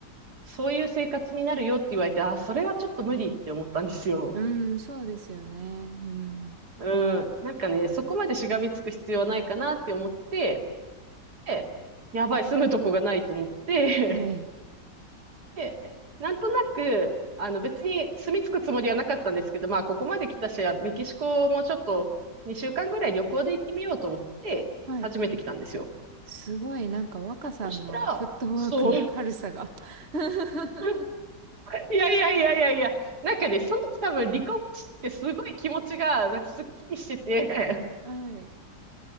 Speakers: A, on the right; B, on the right.
A: そういう生活になるよって言われて、あ、それはちょっと無理って思ったんですよ。
B: うん、そうですよね。うん。
A: うん。なんかね、そこまでしがみつく必要はないかなって思って、でやばい、住むとこがないと思って、
B: はい。
A: で、なんとなく、あの別に住み着くつもりはなかったんですけど、まあここまで来たし、メキシコもちょっと2週間ぐらい旅行で行ってみようと思って、
B: はい
A: 初めて来たんですよ。
B: すごい、なんか若さんのフットワークの軽さが
A: そしたら、そう。
B: <laughs>
A: <laughs> いやいやいやいやいや、なんかね、その時多分離婚してすごい気持ちが、なんかすっきりしてて、
B: はい。